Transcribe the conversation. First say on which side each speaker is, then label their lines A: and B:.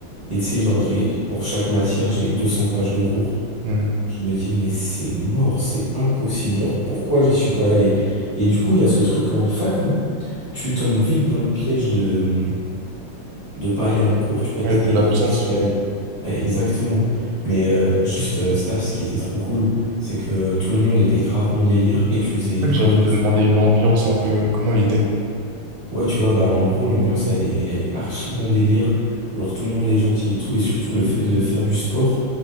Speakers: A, on the right; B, on the right.
A: Et tu sais, genre, j'ai, pour chaque matière, j'ai 200 pages de cours.
B: hmm.
A: Je me dis, mais c'est mort, c'est impossible. Genre, pourquoi j'y suis pas allé? Et du coup, il y a ce truc en fac où tu tombes vite dans le piège de, de pas aller en cours, tu vois,
B: Ouais,
A: et te-
B: de
A: et
B: l'absence,
A: de te laisser
B: ouais.
A: aller. Ouais, exactement. Mais euh, juste, euh, Staps, ce qui était trop cool, c'est que tout le monde était grave bon délire et tu faisais
B: C'est
A: grave
B: ça que j'allais
A: du
B: te demander, l'ambiance un peu, comment elle était?
A: Ouais, tu vois, bah, en gros, l'ambiance, elle est, elle est archi bon délire. Genre, tout le monde est gentil et tout. Et surtout, le fait de faire du sport